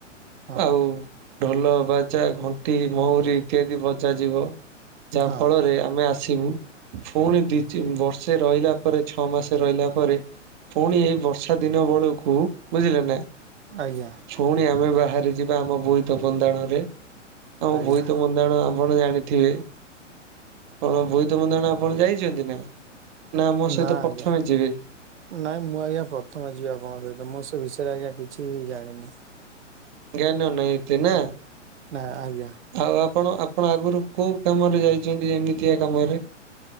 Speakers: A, on the right; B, on the right.
A: ହଁ
B: ଆଉ ଢ଼ୋଲ ବା ା ଘଣ୍ଟି ମହୁୁରୀ ଇତ୍ୟାଦି ବଜ ଯିବ ଯାହା
A: ହଁ
B: ଫଳରେ ଆମେ ଆସିବୁ ପୁଣି ଦି ବର୍ଷେ ରହିଲା ପରେ ଛଅ ମାସ ରହିଲା ପରେ ପୁଣି ଏଇ ବର୍ଷା ଦିନ ବେଳକୁ ବୁଝିଲେ ନା
A: ଆଜ୍ଞା
B: ଶୁଣି ଆମେ ବାହାରେ ଯିବା ଆମ ବୋଇତ ବନ୍ଦାଣରେ ଆଁ
A: ଆଜ୍ଞା
B: ଭୁଇ ତ ମନ୍ଦାଣମ ଆପଣ ଜାଣିଥିବେ କଣ ବୋଇତମନ୍ଦଣ ଆପଣ ଯାଇଛନ୍ତି ନା ନା ଆମ ସହିତ
A: ନାଁ ଆଜ୍ଞା
B: ପ୍ରଥମେ ଯିବେ
A: ନାଇଁ ମୁଁ ଆଜ୍ଞା ପ୍ରଥମେ ଯିବ ଆପଣଙ୍କ ସହିତ ମୁଁ ସେ ବିଷୟରେ ଆଜ୍ଞା କି ି ବି ଜାଣନି
B: ହାନନଇତି ନା
A: ନା ଆଜ୍ଞା
B: ଆଉ ଆପଣ ଆପଣ ଆଗରୁ କୋଉ କାମରେ ଯାଇଛନ୍ତି ଏମିତିଆ କାମରେ